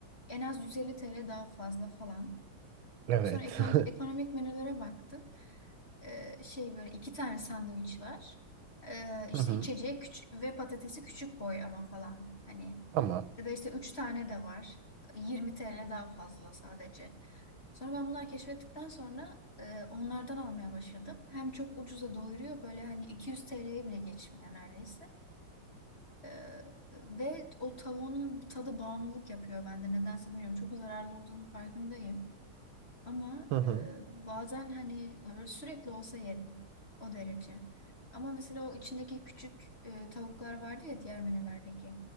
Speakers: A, on the left; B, on the right.
A: en az 150 TL daha fazla falan.
B: Evet.
A: Sonra ekon- ekonomik
B: <laughs>
A: menülere baktım. Ee, şey böyle iki tane sandviç var. Ee, işte
B: Hı hı.
A: içeceği küçük ve patatesi küçük boy ama falan. Hani
B: Tamam.
A: ya da işte üç tane de var. 20 TL daha fazla sadece. Sonra ben bunları keşfettikten sonra e, onlardan almaya başladım. Hem çok ucuza doyuruyor böyle hani 200 TL'ye bile geçmiyor neredeyse. Ee, ve o tavuğun tadı bağımlılık yapıyor bende. Nedense bilmiyorum. Çok zararlı olduğunun farkındayım. Ama
B: Hı hı.
A: e, bazen hani böyle sürekli olsa yerim. O derece. Ama mesela o içindeki küçük e, tavuklar vardı ya diğer menülerdeki.